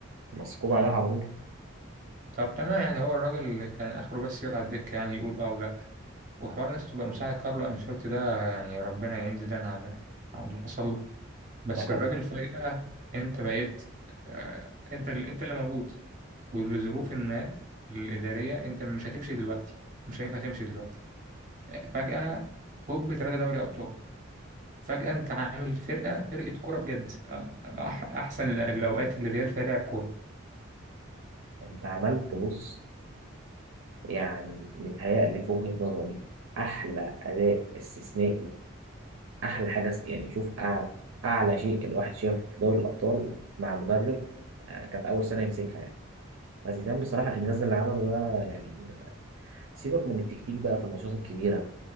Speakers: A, on the right (about 70°); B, on the right (about 35°).
A: مسكوه بعدها
B: مم.
A: على طول
B: طب تمام يعني هو الراجل كان اخره بس يقعد على الدكة يعني يقول اه ولا وحوار الناس تبقى مساعد كارلو انشيلوتي ده يعني ربنا يعين زيدان على على اللي حصل له بس
A: ده كان
B: الراجل فجأة انت بقيت آه، انت اللي انت اللي موجود ولظروف ما الإدارية انت مش هتمشي دلوقتي مش هينفع تمشي دلوقتي آه، فجأة هوب ثلاثة دوري ابطال فجأة انت عامل فرقة فرقة كورة بجد أح احسن الاوقات اللي الريال فيها لعب كورة
A: انت عملت بص يعني متهيألي في وجهة نظري احلى اداء استثنائي احلى حاجه است- يعني شوف اعلى اعلى شيء الواحد شافه في دوري الابطال مع مدرب آه كانت اول سنه يمسكها يعني فزيدان بصراحه الانجاز اللي عمله ده يعني سيبك من التكتيك بقى في الماتشات الكبيره